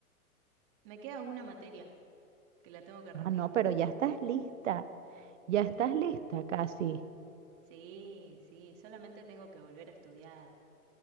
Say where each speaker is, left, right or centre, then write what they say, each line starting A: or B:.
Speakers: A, on the right; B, on the right.
A: Me queda una materia que la tengo que
B: Ah,
A: rendir.
B: no, pero ya estás lista. Ya estás lista casi.
A: Sí, sí, solamente tengo que volver a estudiar.